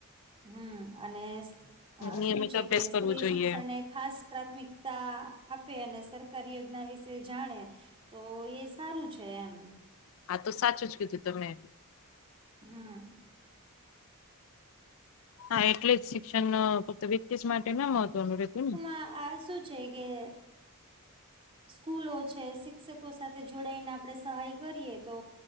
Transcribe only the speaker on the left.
નિયમિત
અભ્યાસ
કરવો
જોઈએ
હા તો સાચું જ કીધું તમે.
હા એટલે જ શિક્ષણ ન ફક્ત વ્યક્તિસ માટે ના મહત્વનું રહેતું ને